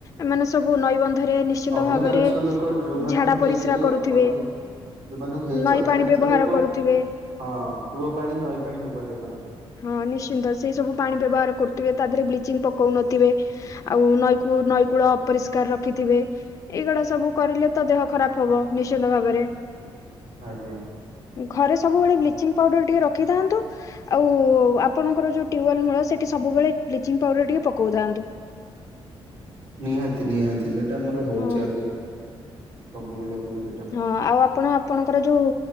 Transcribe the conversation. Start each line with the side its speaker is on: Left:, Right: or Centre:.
Left: ଏମାନେ ସବୁ ନଈବନ୍ଧରେ ନିଶ୍ଚିନ୍ତ
Right: ଅଧିକାଂଶ
Left: ଭାବରେ
Right: ଲୋକ ଯୋଉମାନଙ୍କୁ
Left: ଝାଡା
Right: ହେଇଛି
Left: ପରିସ୍ରା କରୁଥିବେ
Right: ଅଧି ଯୋଉମାନଙ୍କୁ ହେଇଛି,
Left: ନଈ
Right: ଅଧିକାଂଶ
Left: ପାଣି ବ୍ୟବହାର
Right: ଲୋକ
Left: କରୁଥିବେ।
Right: ହଁ କୂଅ ପାଣି ନଈ ପାଣି ବ୍ୟବହାର କରନ୍ତି।
Left: ହଁ ନିଶ୍ଚିନ୍ତ ସେଇ ସବୁ ପାଣି ବ୍ୟବହାର କରୁଥିବେ ତା ଦେହରେ ବ୍ଲିଚିଂ ପକଉନଥିବେ। ଆଉ ନଈକୁ ନଈ କୂଳ ଅପରିଷ୍କାର ରଖିଥିବେ। ଏଇଗୁଡା ସବୁ କରିଲେ ତ ଦେହ ଖରାପ ହବ ନିଶ୍ଚିନ୍ତ ଭାବରେ।
Right: ଆଜ୍ଞା।
Left: ଘରେ ସବୁବେଳେ ବ୍ଲିଚିଂ ପାଉଡର ଟିକେ ରଖିଥାନ୍ତୁ। ଆଉ ଆପଣଙ୍କର ଯଉ ଟ୍ୟୁବଲମୁଳ ସେଟି ସବୁବେଳେ ବ୍ଲିଚିଂ ପାଉଡର ଟିକେ ପକଉଥାଆନ୍ତୁ।
Right: ନିହାତି ନିହାତି ସେଟା ଆମର ହୋଉଚି
Left: ହଁ
Right: ଆଗରୁ ସବୁବେଳେ ହୁଏ ସେଟା।
Left: ହଁ ଆଉ ଆପଣ ଆପଣଙ୍କର ଯୋଉ